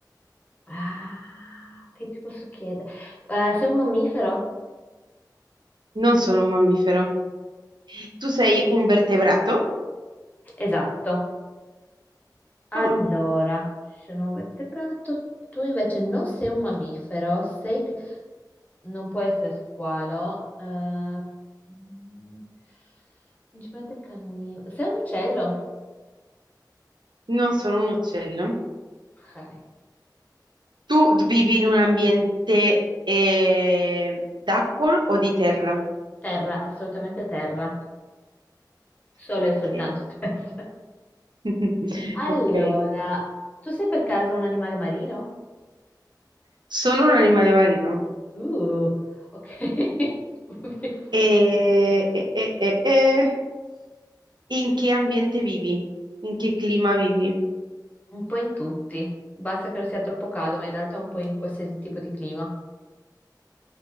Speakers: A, on the left; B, on the right.
A: Ah, che ti posso chiedere? Eh, sei un mammifero?
B: non sono un mammifero. Tu sei un vertebrato?
A: Esatto. Allora,
B: Mm.
A: sono un vertebrato. Tu invece non sei un mammifero, sei Non può essere squalo. eh, mm, principalmente carnivoro. Sei un uccello?
B: Non sono un uccello.
A: Ok.
B: Tu d- vivi in un ambiente eh, d'acqua o di terra?
A: Terra, assolutamente terra. Solo
B: Ok,
A: e soltanto <laughs> terra.
B: <laughs>
A: Allora,
B: ok.
A: tu sei per caso un animale marino?
B: Sono un animale marino.
A: Uh, ok. <laughs>
B: E, e- e- e- e- In che ambiente vivi? In che clima vivi?
A: Un po' in tutti. Basta che non sia troppo caldo, ma in realtà un po' in qualsiasi tipo di clima.